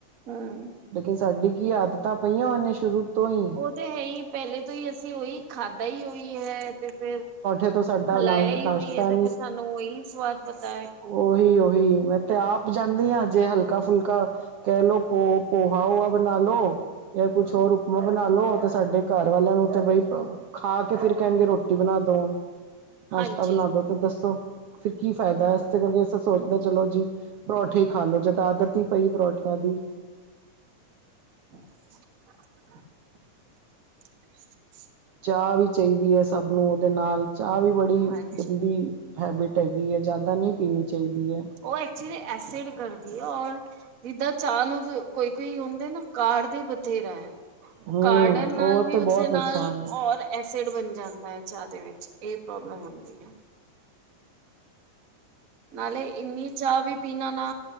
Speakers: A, on the right (about 55°); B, on the right (about 75°).
A: ਹਾਂ
B: ਲੇਕਿਨ ਸਾਡੀ ਕੀ ਆਦਤਾਂ ਪਈਆਂ ਉਹਨੇ ਸ਼ੁਰੂ ਤੋਂ ਹੀ
A: ਉਹ ਤੇ ਹੈ ਹੀ ਪਹਿਲੇ ਤੋਂ ਹੀ ਅਸੀਂ ਉਹੀ ਖਾਧਾ ਈ ਉਹੀ ਹੈ ਤੇ ਫਿਰ
B: ਜਦੋਂ ਸਾਡਾ
A: ਖਲਾਇਆ
B: ਨਸ਼ਤਾ
A: ਹੀ ਉਹੀ ਹੈ ਤੇ ਫਿਰ ਸਾਨੂੰ ਓਹੀ ਸਵਾਦ ਪਤਾ
B: ਓਹੀ-ਓਹੀ ਮੈਂ ਤੇ ਆਪ ਜਾਂਦੀ ਹਾਂ ਜੇ ਹਲਕਾ-ਫੁਲਕਾ ਕਹਿ ਲੋੋ ਪੋ ਪੋਹਾ ਹੋਹਾ ਬਨਾ ਲੋ, ਯਾ ਕੁਛ ਹੋਰ ਬਣਾਲੋ ਤੇ ਸਾਡੇ ਘਰ ਵਾਲਿਆਂ ਨੂੰ ਤੇ ਬਈ ਖਾ ਕੇ ਫਿਰ ਕਹਿਣਗੇ ਰੋਟੀ ਬਣਾ ਦੋ, ਨਾਸ਼ਤਾ
A: ਹਾਂਜੀ।
B: ਬਣਾ ਦੋ। ਸੋ, ਫਿਰ ਕੀ ਫਾਇਦਾ ਇਸੇ ਕਰਕੇ ਅਸੀ ਸੋਚਦੇ ਚਲੋ ਜੀ ਪਰੌਠੇ ਹੀ ਖਾਲੋ ਜਦ ਆਦਤ ਹੀ ਪਈ ਪਰੌਠਿਆਂ ਦੀ
A: <inaudible> <inaudible>
B: ਚਾਹ ਵੀ ਚਾਹੀਦੀ ਹੈ ਸਭ ਨੂੰ ਉਹਦੇ ਨਾਲ ਚਾਹ ਵੀ ਬੜੀ
A: ਹਾਂਜੀ
B: ਗੰਦੀ ਹੈਬਿਟ ਹੈਗੀ ਐ ਜ਼ਾਦਾ ਨੀ ਪੀਨੀ ਚਾਈਦੀ ਐ।
A: ਓ ਐਕਚੁਲੀ ਐਸਿਡ ਕਰਦੀ ਐ ਔਰ ਜਿੱਦਾਂ ਚਾਅ ਨੂੰ ਕੋਈ-ਕੋਈ ਹੁੰਦੇ ਨਾ ਕਾੜਦੀ ਬਥੇਰਾ ਐ।
B: ਹੂੰ,
A: ਕਾੜਨ ਨਾਲ
B: ਉਹ
A: ਵੀ
B: ਤੇ
A: ਉਸਦੇ
B: ਬਹੁਤ
A: ਨਾਲ
B: ਨੁਕਸਾਨ ਹੈ।
A: ਔਰ ਐਸਿਡ ਬਨ ਜਾਂਦਾ ਐ ਚਾਹ ਦੇ ਵਿੱਚ ਏ ਪ੍ਰੋਬਲਮ ਹੁੰਦੀ ਐ। ਨਾਲੇ ਇੰਨੀ ਚਾਹ ਵੀ ਪੀਨਾ ਨਾ